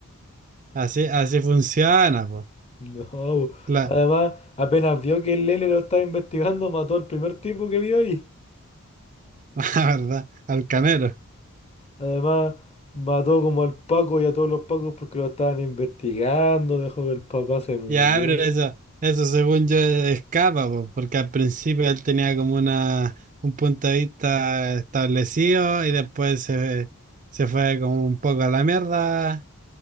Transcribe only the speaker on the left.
No. po.
Además, apenas vio que el L lo estaba investigando, mató al primer tipo que vio ahí.
Además, mató como al Paco y a todos los Pacos porque lo estaban investigando, dejó que el papá se muriera.